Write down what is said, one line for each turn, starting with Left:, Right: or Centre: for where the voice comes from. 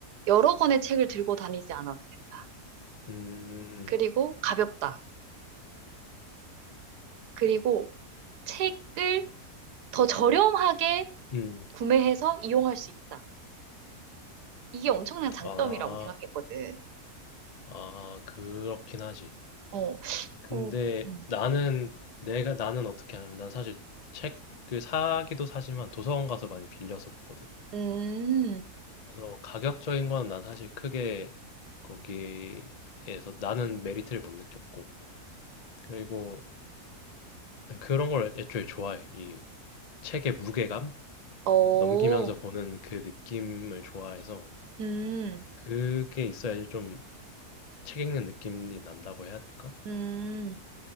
Right: 여러 권의 책을 들고 다니지 않아도 된다.
Left: 음,
Right: 그리고 가볍다. 그리고 책을 더 저렴하게
Left: 음,
Right: 구매해서 이용할 수 있다. 이게 엄청난 장점이라고
Left: 아,
Right: 생각했거든.
Left: 아 그렇긴 하지.
Right: 어,
Left: 근데
Right: 어, 음,
Left: 나는 내가 나는 어떻게 하냐면 난 사실 책을 사기도 사지만 도서관 가서 많이 빌려서 보거든.
Right: 음,
Left: 그래서 가격적인 거는 난 사실 크게 거기에서 나는 메리트를 못 느꼈고 그리고 난 그런 걸 애초에 좋아해. 이 책의 무게감
Right: 어,
Left: 넘기면서 보는 그 느낌을 좋아해서
Right: 음,
Left: 그게 있어야지 좀 책 읽는 느낌이 난다고 해야 될까?
Right: 음,